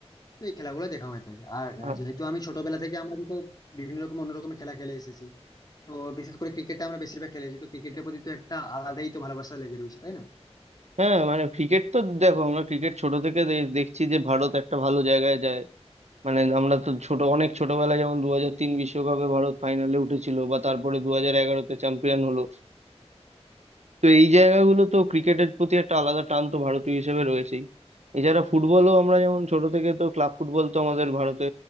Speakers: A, on the left; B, on the right.
A: তো এই খেলাগুলো দেখা হয়ে থাকে আর আহ,
B: আ-
A: যেহেতু আমি ছোটবেলা থেকে আমরা তো বিভিন্ন রকম অন্য রকম খেলা খেলে এসেছি তো বিশেষ করে ক্রিকেটটা আমরা বেশিরভাগ খেলেছি তো ক্রিকেটের প্রতি তো একটা আলাদাই তো ভালোবাসা লেগে রয়েছে তাই না
B: হ্যাঁ মানে ক্রিকেট তো দেখো আমরা ক্রিকেট ছোট থেকে দে- দেখছি যে ভারত একটা ভালো জায়গায় যায় মানে আমরা তো ছোট অনেক ছোটবেলায় যেমন দু হাজার তিন বিশ্বকাপে ভারত ফাইনালে উঠেছিল বা তারপরে দু হাজার এগারোতে চ্যাম্পিয়ন হলো তো এই জায়গাগুলো তো ক্রিকেটের প্রতি একটা আলাদা টান তো ভারতীয় হিসেবে রয়েছেই এছাড়া ফুটবলও আমরা যেমন ছোট থেকে তো ক্লাব ফুটবল তো আমাদের ভারতে